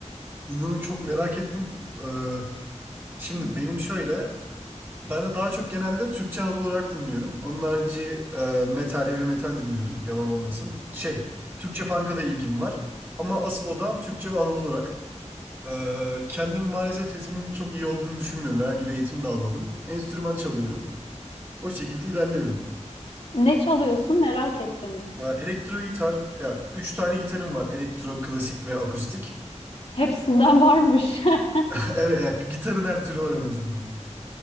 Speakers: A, on the right; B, on the left.
A: İnanın çok merak ettim. Ee, şimdi
B: <laughs>
A: benim şöyle, ben de daha çok genelde Türkçe Anadolu olarak dinliyorum. Onun harici e, metal, heavy metal dinliyorum. Yalan olmasın. Şey, Türkçe punk'a da ilgim var. Ama asıl odam Türkçe ve Anadolu rock. Ee, kendim maalesef sesimin çok iyi olduğunu düşünmüyorum. Herhangi bir eğitim de almadım. Enstrüman çalıyorum. O şekilde ilerliyorum.
B: Ne çalıyorsun merak ettim.
A: Ee, elektro gitar, ya, üç tane gitarım var. Elektro, klasik ve akustik.
B: Hepsinden varmış. <laughs>
A: <laughs> Evet, ya, gitarın her türü var en azından.